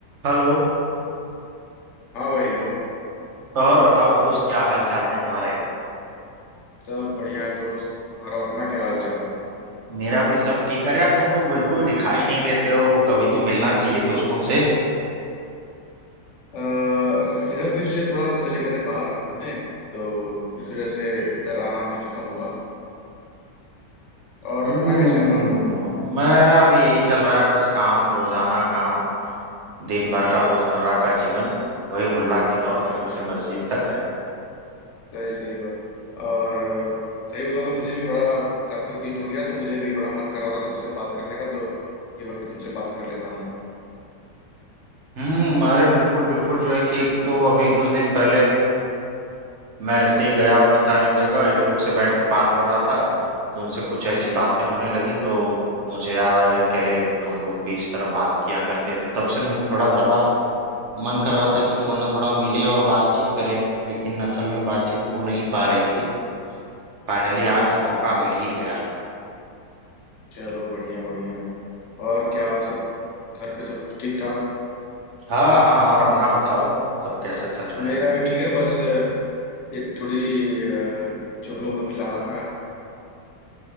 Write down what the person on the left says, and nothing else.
हाँ भाई हेलो
सब बढ़िया है दोस्त और अपना क्या हाल चाल
अ, इधर बीच से थोड़ा सा चले गए थे बाहर घूमने तो इस वजह से इधर आना भी कम हुआ और
अपना क्या चल रहा
हम्म,
हम्म,
सही सही बात और अ, सही बता तो मुझे भी बड़ा काफी दिन हो गया तो मुझे भी बड़ा मन कर रहा था सबसे बात करने का तो ये वक्त तुमसे बात कर लेता हूँ
हम्म
हम्म
हम्म,
अच्छा
अच्छा
चलो बढ़िया बढ़िया और क्या सब घर पे सब ठीक ठाक
मेरा
भी ठीक है बस एक थोड़ी अ, जो हम लोग अभी ला अ,